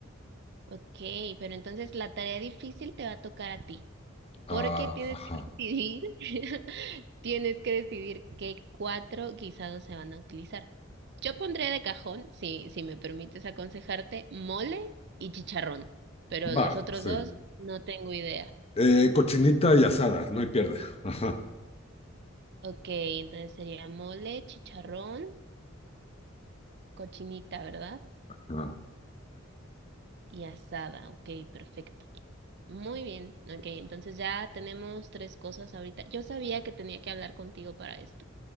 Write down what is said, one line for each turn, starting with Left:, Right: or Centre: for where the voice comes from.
Right: Ok, pero entonces la tarea difícil te va a tocar a ti, porque
Left: Ah,
Right: tienes
Left: ajá,
Right: que decidir, <laughs> tienes que decidir qué cuatro guisados se van a utilizar. Yo pondré de cajón, si, si me permites aconsejarte, mole y chicharrón, pero
Left: va,
Right: los otros
Left: sí.
Right: dos no tengo idea.
Left: Eh, cochinita y asada, no hay pierde. <laughs>
Right: Ok, entonces sería mole, chicharrón, cochinita, ¿verdad?
Left: Ajá,
Right: Y asada, ok, perfecto. Muy bien, ok, entonces ya tenemos tres cosas ahorita. Yo sabía que tenía que hablar contigo para esto.